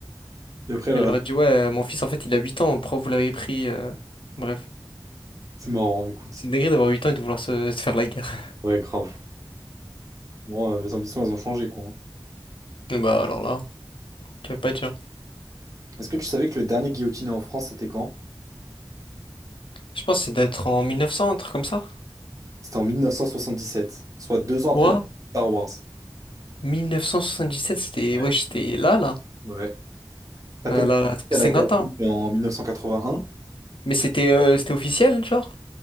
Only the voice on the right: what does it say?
Et après, elle
a raté.
C'est marrant, écoute.
Ouais, grave. Bon, euh, les ambitions, elles ont changé, quoi. hein.
Est-ce que tu savais que le dernier guillotiné en France, c'était quand?
C'était en 1977, soit deux ans
après la Star Wars.
Ouais.
Ouais. La peine
de mort,
elle
a été abolie
en 1981